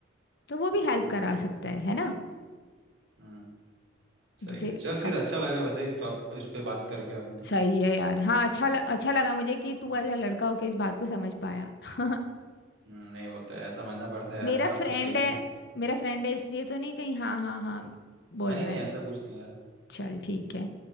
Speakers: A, on the left; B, on the right.
A: तो वो भी हेल्प
B: हम्म
A: करा सकता है है ना
B: हम्म, सही
A: जैसे
B: है चल फिर
A: कब
B: अच्छा लगा वैसे इस टॉप इस पे बात करके आपने
A: सही है यार हाँ अच्छा ल, अच्छा लगा मुझे कि तू
B: हम्म
A: ऐसा लड़का होके इस बात को समझ पाया <laughs>
B: हम्म, नहीं वो तो है, समझना पड़ता है यार
A: मेरा
B: अगर आपको
A: फ्रेंड
B: सही से
A: है मेरा फ्रेंड है इसलिए तो नहीं कहीं हाँ हाँ हाँ बोल
B: नहीं
A: रहा
B: नहीं
A: है
B: ऐसा कुछ नहीं यार
A: चल ठीक है